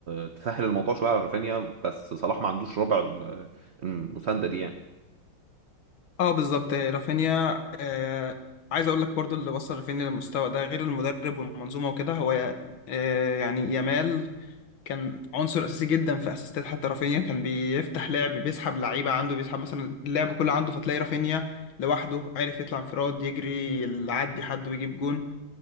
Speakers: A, on the right (about 50°); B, on the left (about 85°).
A: تسهل الموضوع شويه على رافينيا بس صلاح ما عندوش ربع ال- المسانده دي يعني
B: اه بالظبط آه، رافينيا آه عايز اقول لك برضو اللي وصل رافينيا للمستوى ده غير المدرب والمنظومه وكده هو آه يعني يامال كان عنصر اساسي جدا في اسيستات حتى رافينيا كان بيفتح لعب بيسحب لعيبه عنده بيسحب مثلا اللعب كله عنده فتلاقي رافينيا لوحده عارف يطلع انفراد يجري يعدي حد ويجيب جون